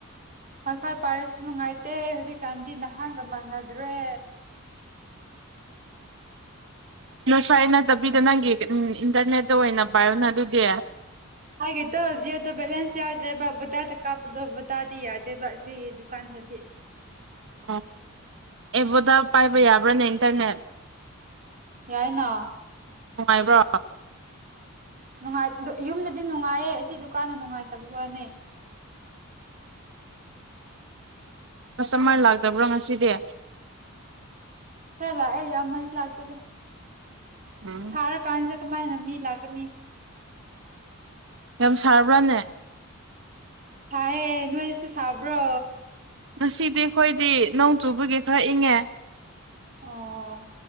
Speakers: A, on the right; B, on the right.
A: ꯋꯥꯏꯐꯥꯏ ꯄꯥꯏꯔꯁꯨ ꯅꯨꯡꯉꯥꯏꯇꯦ ꯍꯨꯖꯤꯛ ꯀꯥꯟꯗꯤ ꯅꯍꯥꯟꯒ ꯃꯅ ꯗꯔ꯭ꯦ
B: ꯅꯣꯏ ꯐꯥꯏ ꯅꯠꯇꯕꯤꯗ ꯅꯪꯒꯤ ꯀ ꯎꯝ ꯏꯟꯇꯔꯅꯦꯠꯇ ꯑꯣꯏꯅ ꯄꯥꯏꯌꯣꯅ ꯑꯗꯨꯗꯤ
A: ꯑꯩꯒꯤꯗꯣ ꯖꯤꯑꯣꯗ ꯕꯦꯂꯦꯟꯁ ꯌꯥꯎꯗ꯭ꯔꯦꯕ ꯕꯣꯗꯥꯗ ꯀꯥꯞꯄꯗꯣ ꯕꯣꯗꯥꯗꯤ ꯌꯥꯗꯦꯕ ꯁꯤ ꯗꯨꯀꯥꯟꯗꯗꯤ
B: ꯑꯣ ꯑꯦꯕꯣꯗ ꯄꯥꯏꯕ ꯌꯥꯕ꯭ꯔꯥꯅꯦ ꯏꯟꯇꯔꯅꯦꯠ
A: ꯌꯥꯏꯅꯥ
B: ꯅꯨꯡꯉꯥꯏꯕ꯭ꯔꯣ
A: ꯅꯨꯡꯉꯥꯏ ꯗꯨ ꯌꯨꯝꯗꯗꯤ ꯅꯨꯡꯉꯥꯏꯌꯦ ꯑꯁꯤ ꯗꯨꯀꯥꯟꯗ ꯅꯨꯡꯉꯥꯏꯇꯕ ꯋꯥꯅꯦ
B: ꯀꯁꯇꯃꯔ ꯂꯥꯛꯇꯕ꯭ꯔ ꯉꯁꯤꯗꯤ
A: ꯈꯔ ꯂꯥꯛꯑꯦ ꯌꯥꯝ ꯃꯔꯤ ꯂꯥꯛꯇꯦꯗ
B: ꯎꯝ
A: ꯁꯥꯔ ꯀꯥꯟꯗ ꯀꯃꯥꯏꯅ ꯃꯤ ꯂꯥꯛꯀꯅꯤ
B: ꯌꯥꯝ ꯁꯥꯔꯕ꯭ꯔꯥꯅꯦ
A: ꯊꯥꯏꯌꯦ ꯅꯣꯏꯁꯨ ꯁꯥꯕ꯭ꯔꯣ
B: ꯉꯁꯤꯗꯤ ꯑꯈꯣꯏꯗꯤ ꯅꯣꯡ ꯆꯨꯕꯒꯤ ꯈꯔ ꯏꯪꯉꯦ
A: ꯑꯣ